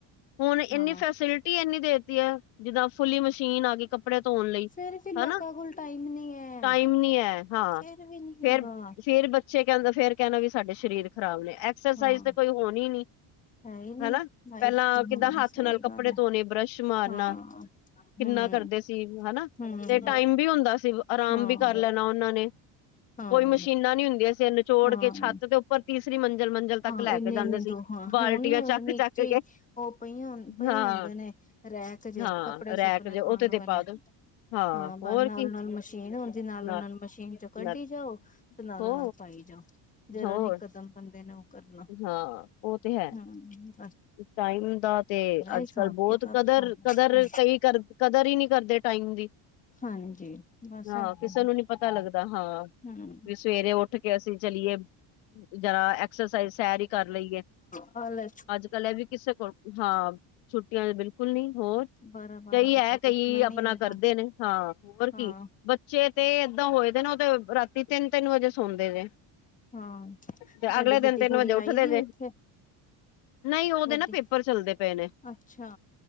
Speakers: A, on the left; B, on the left.
A: ਹੁਣ ਇੰਨੀ
B: ਹਾਂ
A: ਫੈਸਿਲਿਟੀ ਇੰਨੀ ਦੇਤੀ ਹੈ ਜਿੱਦਾਂ ਫੁੱਲੀ ਮਸ਼ੀਨ ਆ ਗਈ ਕੱਪੜੇ ਧੋਣ ਲਈ
B: ਟੈਰੀਫਿਕ ਲੋਕਾਂ
A: ਹਨਾ
B: ਕੋਲ ਟਾਈਮ ਨੀ ਹੈ।
A: ਟਾਈਮ ਨੀ ਹੈ ਹਾਂ
B: ਫੇਰ ਵੀ ਨੀ
A: ਫਿਰ
B: ਹੈਗਾ
A: ਫਿਰ ਬੱਚੇ ਕਹਿੰਦਾ ਫਿਰ ਕਹਿਣਾ ਵੀ ਸਾਡੇ ਸਰੀਰ ਖਰਾਬ ਨੇ ਐਕਸਰਸਾਈਜ਼
B: ਹਾਂ।
A: ਤੇ ਕੋਈ ਹੋਣੀ ਹੀ ਨੀ
B: ਹੈ ਹੀ ਨੀ
A: ਹਨਾ
B: ਲਾਈਫ
A: ਪਹਿਲਾਂ
B: ਚ
A: ਕਿੱਦਾਂ
B: ਹਾਂ
A: ਹੱਥ
B: ਸਹੀ
A: ਨਾਲ ਕੱਪੜੇ
B: ਗੱਲ ਹੈ
A: ਧੋਣੇ ਬਰਸ਼ ਮਾਰਨਾ
B: ਹਾਂ।
A: ਕਿੰਨਾ
B: ਹੂੰ
A: ਕਰਦੇ ਸੀ ਹਨਾ
B: ਹੂੰ
A: ਤੇ ਟਾਈਮ ਵੀ ਹੁੰਦਾ ਸੀ ਆਰਾਮ
B: ਹਾਂ
A: ਵੀ ਕਰ ਲੈਣਾ ਉਹਨਾਂ ਨੇ
B: ਹਾਂ
A: ਕੋਈ ਮਸ਼ੀਨਾਂ ਨਹੀਂ ਹੁੰਦੀਆਂ ਸੀ ਨਿਚੋੜ
B: ਹਾਂ।
A: ਕੇ ਛੱਤ ਦੇ ਉੱਪਰ ਤੀਸਰੀ ਮੰਜ਼ਿਲ ਮੰਜ਼ਿਲ ਤੱਕ
B: ਹਾਂ
A: ਲੈ
B: ਇੰਨੇ
A: ਕੇ ਜਾਂਦੇ
B: ਇੰਨੇ
A: ਸੀ।
B: ਦੋ ਹਾਂ
A: ਬਾਲਟੀਆਂ
B: ਹੁਣ
A: ਚੱਕ
B: ਨੀਚੇ
A: ਚੱਕ ਕੇ
B: ਹੀ ਉਹ ਪਈ
A: ਹਾਂ
B: ਹੁੰਦੇ ਨੇ ਰਹਿ ਰੈਕ ਜੇ
A: ਹਾਂ
B: ਕੱਪੜੇ
A: ਰੈਕ
B: ਸੁੱਕਣੇ
A: ਜੇ ਉਹਦੇ
B: ਪਾਉਣ
A: ਤੇ
B: ਵਾਲੇ
A: ਪਾ ਦੋ
B: ਹਾਂ ਬਸ
A: ਹੋਰ
B: ਨਾਲੋਂ
A: ਕੀ
B: ਨਾਲ ਮਸ਼ੀਨ ਹੁੰਦੀ ਨਾਲੋਂ
A: ਨਾ
B: ਨਾਲ ਮਸ਼ੀਨ ਚੋਂ ਕੱਢੀ
A: ਨਾ
B: ਜਾਓ ਤੇ ਨਾਲੋਂ
A: ਹੋ
B: ਨਾਲ ਪਾਈ ਜਾਓ ਜਰਾ
A: ਹੋਰ
B: ਨੀ ਕਦਮ ਬੰਦੇ ਨੇ ਉਹ ਕਰਨਾ
A: ਹਾਂ ਉਹ ਤੇ ਹੈ।
B: ਹਾਂਜੀ
A: ਟਾਈਮ ਦਾ ਤੇ ਅੱਜ
B: ਹਿਸਾਬ
A: ਕੱਲ ਬਹੁਤ
B: ਕਿਤਾਬ
A: ਕਦਰ
B: ਸਾਰਾ
A: ਕਦਰ ਕਈ ਕਰ ਕਦਰ ਹੀ ਨਹੀਂ ਕਰਦੇ ਟਾਈਮ ਦੀ
B: ਹਾਂਜੀ ਬਸ
A: ਹਾਂ
B: ਹੈ
A: ਕਿਸੇ
B: ਤੇ
A: ਨੂੰ ਨੀ ਪਤਾ ਲੱਗਦਾ ਹਾਂ।
B: ਹਮ
A: ਵੀ ਸਵੇਰੇ ਉੱਠ ਕੇ ਅਸੀਂ ਚਲੀਏ ਜਰਾ ਐਕਸਰਸਾਈਜ਼ ਸੈਰ ਹੀ ਕਰ ਲਈਏ।
B: ਹਾਂਲ
A: ਅੱਜ ਕੱਲ੍ਹ ਇਹ ਵੀ ਕਿਸੇ ਕੋਲ ਹਾਂ ਛੁੱਟੀਆਂ ਬਿਲਕੁਲ ਨਹੀਂ ਹੋਰ।
B: ਬਾਰਾਂ ਬਾਰਾਂ
A: ਕਈ
B: ਵਜੇ
A: ਹੈ
B: ਤੱਕ
A: ਕਈ
B: ਉੱਠਣਾ ਨੀ
A: ਆਪਣਾ
B: ਹੈਗਾ
A: ਕਰਦੇ ਨੇ ਹਾਂ ਉਮਰ ਕੀ।
B: ਹਾਂ
A: ਬੱਚੇ ਤੇ ਏਦਾਂ ਹੋਏ ਦੇ ਨਾ ਉਹ ਤੇ ਰਾਤੀ ਤਿੰਨ ਤਿੰਨ ਵਜੇ ਸੌਦੇ ਜੇ।
B: ਹਾਂ ਤੁਹਾਡੀ
A: ਤੇ ਅਗਲੇ ਦਿਨ
B: ਵੱਡੀ
A: ਤਿੰਨ
B: ਕੁੜੀ
A: ਵਜੇ ਉੱਠਦੇ
B: ਆਈ ਦੀ
A: ਜੇ
B: ਉੱਥੇ
A: ਨਹੀਂ ਉਹਦੇ
B: ਵੱਡੀ
A: ਨਾ ਪੇਪਰ ਚੱਲਦੇ ਪਏ ਨੇ।
B: ਅੱਛਾ